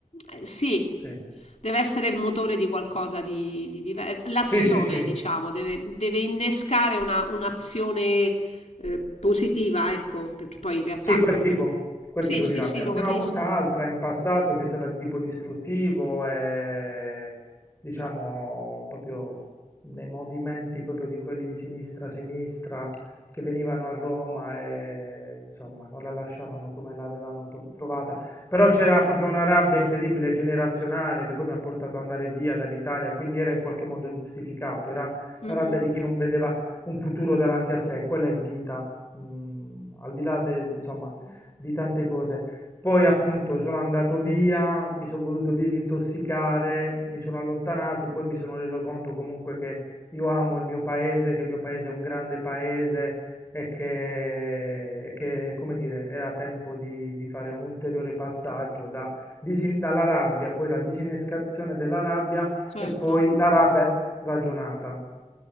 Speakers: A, on the left; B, on the left.
A: eh, sì,
B: Sì,
A: deve essere il motore di qualcosa di, di diverso. L'azione,
B: sì, sì, sì.
A: diciamo, deve, deve innescare una- un'azione eh, positiva, ecco, perché poi in realtà
B: Sì, quel tipo, quel
A: sì,
B: tipo
A: sì,
B: di rabbia.
A: sì, lo
B: Ne
A: capisco.
B: ho avuta altra in passato che è stata di tipo distruttivo e diciamo proprio nei movimenti proprio di quelli di sinistra a sinistra che venivano a Roma e insomma non la lasciavano come l'avevano to- trovata. Però c'era proprio una rabbia incredibile generazionale che poi mi ha portato ad andare via dall'Italia, quindi era in qualche modo giustificato, era
A: Mm,
B: la rabbia
A: mm,
B: di chi non vedeva un futuro davanti a sé, quella è vita mhmm, al di là de insomma,
A: mm,
B: di tante cose. Poi appunto sono andato via, mi sono voluto disintossicare, mi sono allontanato, poi mi sono reso conto comunque che io amo il mio paese, che il mio paese è un grande paese e che, e che, come dire, era tempo di, di fare un ulteriore passaggio da disin- dalla rabbia, poi la disinnescazione della rabbia
A: certo.
B: e poi la rabbia ragionata.